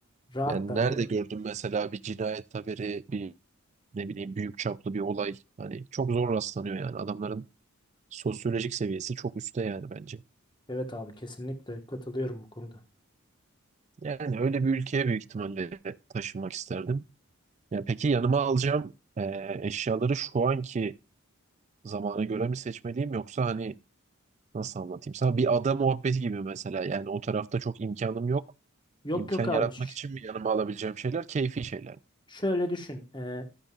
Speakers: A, on the left; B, on the right.
A: Rahatlar
B: yani nerede
A: değil mi?
B: gördün mesela bir cinayet haberi, bir ne bileyim büyük çaplı bir olay. Hani çok zor rastlanıyor yani adamların sosyolojik seviyesi çok üstte yani bence.
A: Evet abi kesinlikle katılıyorum bu konuda.
B: Yani öyle bir ülkeye büyük ihtimalle taşınmak isterdim. Ya peki yanıma alacağım e, eşyaları şu anki zamana göre mi seçmeliyim yoksa hani nasıl anlatayım sana bir ada muhabbeti gibi mesela yani o tarafta çok imkanım yok.
A: Yok
B: İmkan
A: yok
B: yaratmak
A: abi ş-
B: için mi yanıma alabileceğim şeyler keyfi şeyler. mi?
A: şöyle düşün. Ee,